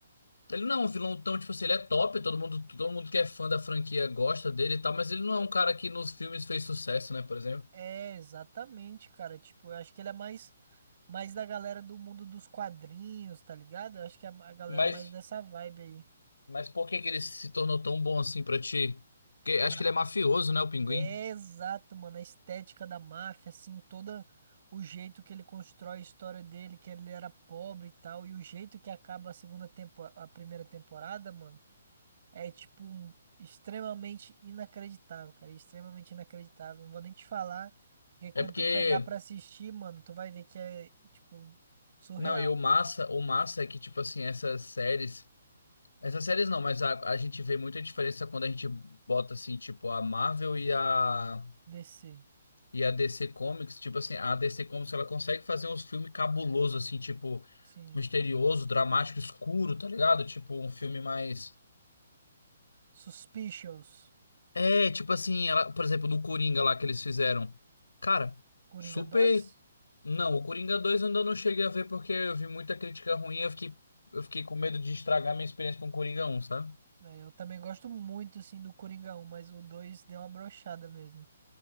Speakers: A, on the left; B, on the right.
A: Ele não é um vilão tão, tipo assim, ele é top, todo mundo, todo mundo que é fã da franquia gosta dele e tal, mas ele não é um cara que nos filmes fez sucesso, né, por exemplo.
B: É, exatamente, cara. Tipo, eu acho que ele é mais, mais da galera do mundo dos quadrinhos, tá ligado? Eu acho que é a galera
A: Mas,
B: mais dessa vibe aí.
A: mas por que que ele se tornou tão bom assim pra ti? Porque acho
B: Ca-
A: que ele é mafioso, né, o Pinguim?
B: É exato, mano. A estética da máfia, assim, todo o jeito que ele constrói a história dele, que ele era pobre e tal, e o jeito que acaba a segunda tempo, a primeira temporada, mano. É tipo extremamente inacreditável, cara. Extremamente inacreditável. Não vou nem te falar, porque quando
A: É porque,
B: tu pegar pra assistir, mano, tu vai ver que é tipo surreal,
A: não, e o
B: mano.
A: massa, o massa é que, tipo assim, essas séries, essas séries não, mas a, a gente vê muita diferença quando a gente bota, assim, tipo, a Marvel e a
B: DC,
A: E a DC Comics, tipo assim, a DC Comics ela consegue fazer uns filmes cabulosos, assim, tipo,
B: sim.
A: misterioso, dramático, escuro, tá ligado? Tipo, um filme mais.
B: Suspicious,
A: É, tipo assim, ela, por exemplo, no Coringa lá que eles fizeram. Cara,
B: Coringa
A: super.
B: dois.
A: Não, o Coringa dois eu ainda não cheguei a ver porque eu vi muita crítica ruim e eu fiquei, eu fiquei com medo de estragar minha experiência com o Coringa um sabe?
B: É, eu também gosto muito assim do Coringa um, mas o 2 deu uma brochada mesmo.